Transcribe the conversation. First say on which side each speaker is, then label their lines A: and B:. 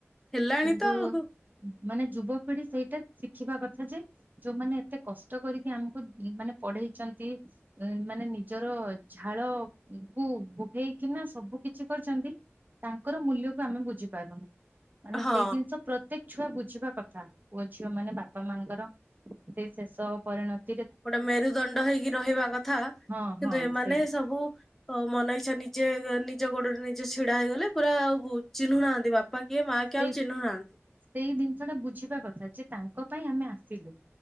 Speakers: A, in the centre; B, on the right.
A: ହେଲାଣି
B: କିନ୍ତୁ
A: ତ ଆଉ।
B: ମାନେ ଯୁବକ ପିଢି ସେଇଟା ଶିଖିବା କଥା ଯେ ଯୋଉମାନେ ଏତେ କଷ୍ଟ କରି ସେ ଆମକୁ ମାନେ ପଢେଇଛନ୍ତି। ମାନେ ନିଜର ଝାଳ କୁ ଭୋଗେଇକିନା ସବୁ କିଛି କରିଛନ୍ତି। ତାଙ୍କର ମୂଲ୍ୟକୁ ଆମେ ବୁଝିପାରୁନୁ ମାନେ
A: ହଁ
B: ସେଇ ଜିନିଷ ପ୍ରତ୍ୟେକ ଛୁଆ ବୁଝିବା କଥା ପୁଅ ଝିଅମାନେ ବାପା ମାଙ୍କର ସେଇ ଶେଷ ପରିଣତ।
A: ଗୋଟେ ମେରୁଦଣ୍ଡ ହେଇକି ରହିବା କଥା
B: ହଁ
A: କିନ୍ତୁ
B: ହଁ
A: ଏମାନେ
B: ସେଇ
A: ସବୁ ହଉ ମନ ଇଚ୍ଛା ନିଜେ ନିଜ ଗୋଡରେ ନିଜେ ଛିଡା ହେଇଗଲେ ପୁରା ଆଉ ଚିହ୍ନୁନାହାନ୍ତି ବାପା ବାପା କିଏ ମା କିଏ
B: ସେଇ
A: ଆଉ ଚିହ୍ନୁ ନାହାନ୍ତି।
B: ସେଇ ଜିନିଷଟା ବୁଝିବା କଥା ଯେ ତାଙ୍କ ପାଇଁ ଆମେ ଆସିଲୁ।